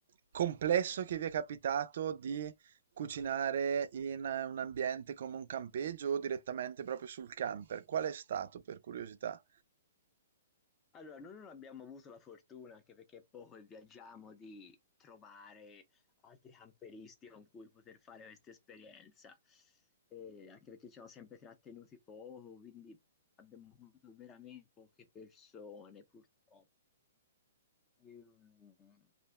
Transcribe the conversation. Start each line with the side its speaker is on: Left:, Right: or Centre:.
Right: complesso che vi è capitato di Cucinare in eh, un ambiente come un campeggio o direttamente proprio sul camper? Qual è stato, per curiosità?
Left: Allora, noi non abbiamo avuto la fortuna, anche perché è poco e viaggiamo, di trovare altri camperisti con cui poter fare questa esperienza, E anche perché ci siamo sempre trattenuti poco, quindi abbiamo avuto veramente poche persone, purtroppo. Ehm,